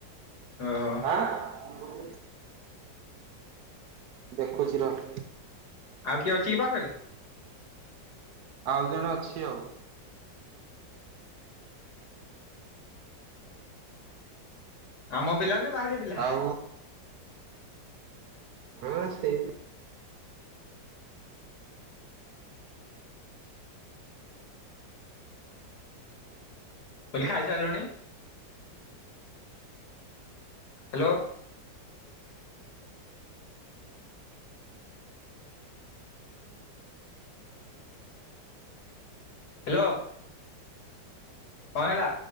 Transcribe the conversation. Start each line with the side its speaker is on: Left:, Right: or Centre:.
Left: ଓହୋ
Right: ଆଁ। ଦେଖୁଛି ରହ୍।
Left: ଆଉ କିଏ ଅଛି କି ପାଖରେ?
Right: ଆଉ ଜଣେ ଅଛି ଆଉ।
Left: ଆମ ପିଲା ନା ବାହାରିଆ ପିଲା?
Right: ଆଉ। ହଁ ସେ।
Left: କାଇଲି ଖାଇସାରଲୁଣି? ହ୍ୟାଲୋ। ହ୍ୟାଲୋ। କଣ ହେଲା?